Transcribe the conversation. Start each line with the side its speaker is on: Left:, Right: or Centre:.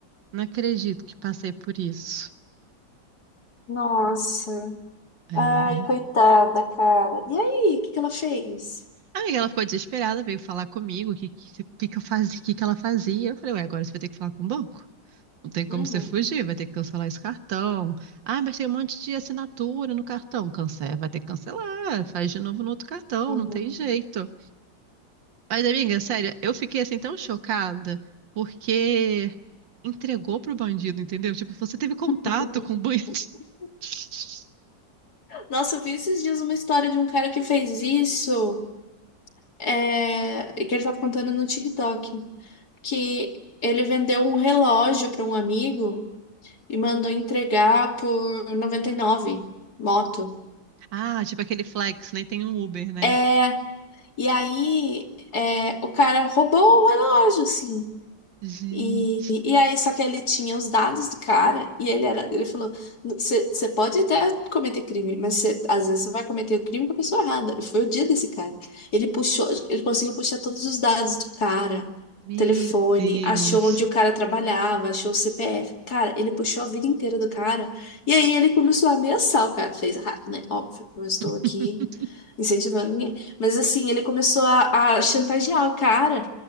Right: Não acredito que passei por isso.
Left: Nossa.
Right: É.
Left: Ai, coitada, cara. E aí, o que que ela fez?
Right: A amiga, ela ficou desesperada, veio falar comigo o que, que, que, que eu fazia, que, que ela fazia. Eu falei, ué, agora você vai ter que falar com o banco. Não tem como
Left: Uhum.
Right: você fugir, vai ter que cancelar esse cartão. Ah, mas tem um monte de assinatura no cartão. Cancela, vai ter que cancelar, faz de novo no outro cartão,
Left: Uhum.
Right: não tem jeito. Mas, amiga, sério, eu fiquei assim tão chocada porque entregou pro bandido, entendeu? Tipo, você teve contato
Left: <laughs>
Right: com o bandido. <laughs>
Left: Nossa, eu vi esses dias uma história de um cara que fez isso. é, que ele tava contando no TikTok, que ele vendeu um relógio para um amigo e mandou entregar por 99 moto.
Right: Ah, tipo aquele Flex, nem tem um Uber, né?
Left: É, e aí é, o cara roubou o relógio, assim.
Right: Gente,
Left: E, e, e aí, só que ele tinha os dados do cara e ele era, ele falou, você pode até cometer crime, mas cê, às vezes você vai cometer o crime com a pessoa errada. E foi o dia desse cara. Ele puxou, ele conseguiu puxar todos os dados do cara,
Right: meu
Left: telefone,
Right: Deus.
Left: achou onde o cara trabalhava, achou o CPF. Cara, ele puxou a vida inteira do cara. E aí ele começou a ameaçar o cara. Fez errado, né? Óbvio, não estou
Right: <laughs>
Left: aqui incentivando ninguém. Mas assim, ele começou a, a chantagear o cara.